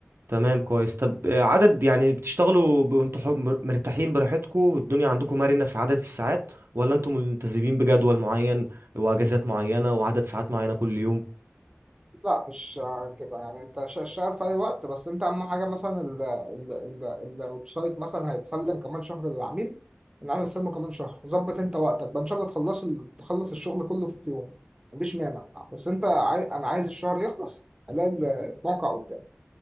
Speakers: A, on the right; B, on the right.
A: تمام كويس طب آه، عدد يعني بتشتغلوا ب- وانتوا حر- مرتاحين براحتكم والدنيا عندكم مرنة في عدد الساعات ولا انتوا ملتزمين بجدول معين واجازات معينة وعدد ساعات معينة كل يوم
B: لا مش كده يعني انت ش- شغال في اي وقت بس انت اهم حاجه مثلا ال ال ال الويب سايت مثلا هيتسلم كمان شهر للعميل ان انا استلمه كمان شهر ظبط انت وقتك بقى ان شاء الله تخلص ال- تخلص الشغل كله في يوم ما عنديش مانع بس انت عاي... انا عايز الشهر يخلص الاقي ال- الموقع قدامي